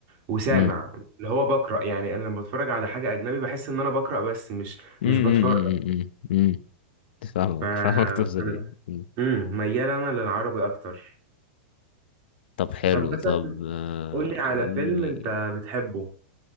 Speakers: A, on the right; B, on the left.
A: وسامع
B: مم.
A: اللي هو بقرا يعني انا لما بتفرج على حاجه اجنبي بحس ان انا بقرا بس مش
B: مم.
A: مش
B: مم.
A: بتفرج
B: مم. مم. فاهمك
A: ف فانا
B: فاهمك توصل ايه مم.
A: امم ميال انا للعربي اكتر
B: طب حلو
A: طب مثلا
B: طب آه،
A: قول لي على
B: قول لي
A: فيلم انت بتحبه